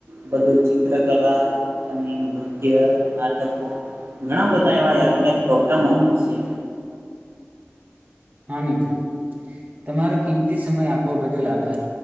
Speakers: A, on the right (about 70°); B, on the right (about 40°).
A: બધું ચિત્રકલા અને નૃત્ય-નાટકો ઘણા બધા એવા યાદગાર પ્રોગ્રામો પણ છે.
B: હા મિત્ર તમારો કિંમતી સમય આપવા બદલ આભાર.